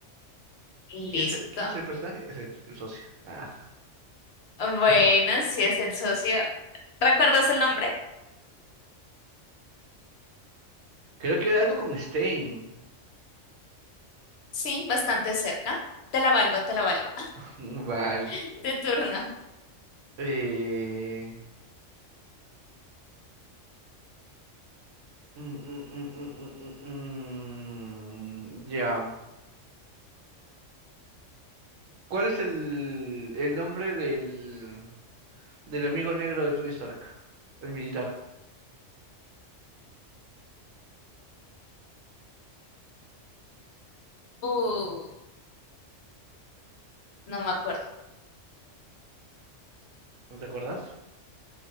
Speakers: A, on the left; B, on the right.
A: Listo.
B: ¿Quién es el, quién es el personaje? Es el, el socio. <laughs> Ah,
A: Bueno,
B: arr.
A: sí es el socio. ¿Recuerdas el nombre?
B: creo que era algo con Stein.
A: Sí, bastante cerca. Te la valgo, te la valgo.
B: <laughs> Vale.
A: <laughs> Tu turno.
B: Eh, mm, mm, mm, mm, mm, mm, mm, ya. ¿Cuál es el, el nombre del, del amigo negro de Tony Stark? El militar.
A: Uh, no me acuerdo.
B: ¿No te acuerdas?